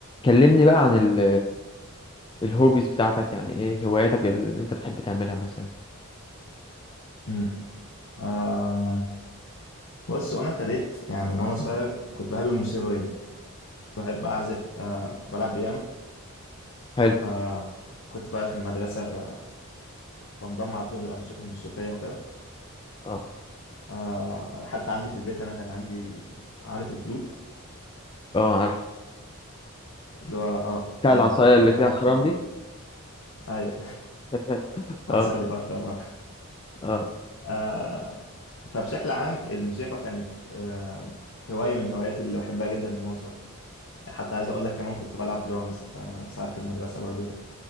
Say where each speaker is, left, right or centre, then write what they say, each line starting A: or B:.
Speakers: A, on the left; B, on the left.
A: كلمني بقى عن ال الهوبيز بتاعتك يعني ايه هواياتك اللي انت بتحب تعملها مثلا
B: امم آه بص وانا ابتديت يعني من وانا صغير كنت بحب الموسيقى جدا كنت بحب اعزف آه كنت بلعب بيانو
A: حلو
B: آه كنت بقى في المدرسه ب... بنضم على طول الانشطه الموسيقيه وكده
A: اه
B: آه حتى عندي في البيت انا كان عندي عارف الفلوت
A: اه عارف
B: اللي هو اه
A: بتاع
B: الفلوت
A: العصاية اللي
B: كنت
A: فيها
B: بلعب
A: خرام
B: فلوت
A: دي
B: برضه ايوه
A: <laughs>
B: <laughs> عسالي
A: اه
B: فخرة
A: اه
B: آه فبشكل عام الموسيقى كانت آه هوايه من هواياتي اللي بحبها جدا من وانا صغير يعني حتى عايز اقول لك كمان كنت بلعب درامز آه ساعات في المدرسه برضو